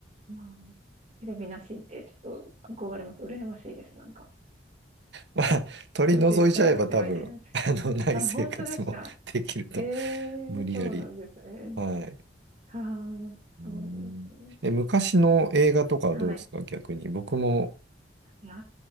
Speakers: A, on the right; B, on the right.
A: まあ、テレビなしってちょっと憧れます。羨ましいです、なんか。
B: まあ、取り除いちゃえば多分、
A: 絶対そっちがいけない。
B: <laughs> あの、ない生活も
A: あ、本当ですか。
B: <laughs> できると、
A: ええそうなんですね。
B: 無理やり。はい。
A: はあ、
B: うん。
A: そうなんですね。
B: え、昔の映画とかはどうですか逆に。
A: はい。
B: 僕も
A: いや